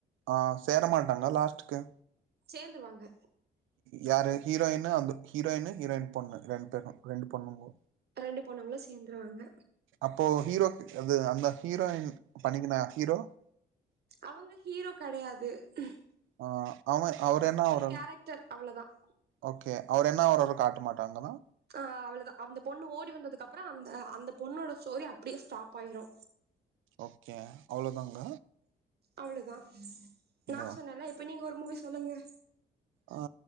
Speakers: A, on the right; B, on the right.
A: ஆ சேர மாட்டாங்க லாஸ்ட்க்கு
B: சேர்ந்துருவாங்க
A: யாரு ஹீரோயின்னு அந்த ஹீரோயின்னு ஹீரோயின் பொண்ணு ரெண்டு பேரும் ரெண்டு பொண்ணுங்க
B: ரெண்டு பொண்ணுங்களு சேர்ந்துருவாங்க
A: அப்போ ஹீரோக்கு அது அந்த ஹீரோயின் பண்ணிக்குனா ஹீரோ
B: அவங்க ஹீரோ கிடையாத து உ
A: ஆ அவ அவர் என்ன ஆவரார்
B: கேரக்டர்
A: உ
B: அவ்வளவுதான்
A: ஓகே அவர் என்ன ஆவரார் காட்ட மாட்டாங்கன்னா
B: அ அவ்ளதா அந்த பொண்ணு ஓடி வந்ததுக்கு அப்றோ அந்த அந்த பொண்ணோட ஸ்டோரி அப்டியே ஸ்டாப் ஆயிரு
A: ஓகே அவ்ளோதாங்க
B: அவ்ளதா நா
A: பா
B: சொன்னல இப்ப நீங்க ஒரு மூவி சொல்லுங்க
A: ஆ